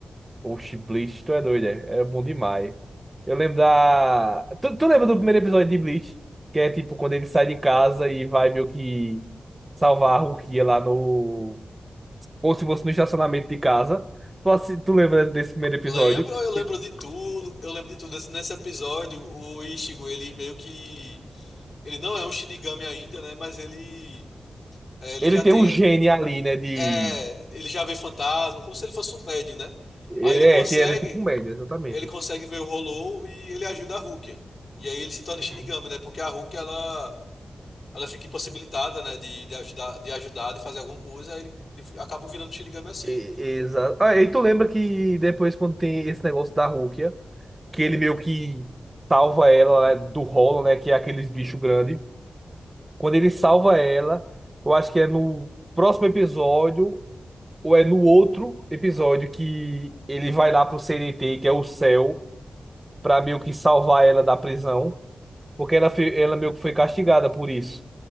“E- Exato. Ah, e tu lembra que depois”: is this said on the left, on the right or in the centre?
Right